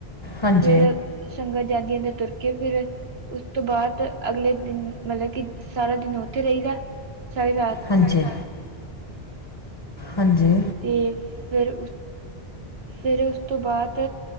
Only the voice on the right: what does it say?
ਫੇਰ ਸੰਗਤ ਜਾਂਦੀਆਂ ਦੇ ਤੁਰ ਕੇ ਫੇਰ ਓਸ ਤੋਂ ਬਾਦ ਅਗਲੇ ਦਿਨ ਮਤਲਬ ਕਿ ਸਾਰਾ ਦਿਨ ਓਥੇ ਰਈਦਾ, ਸਾਰੀ ਰਾਤ।
ਤੇ ਫੇਰ ਓਸ ਫੇਰ ਓਸ ਤੋਂ ਬਾਦ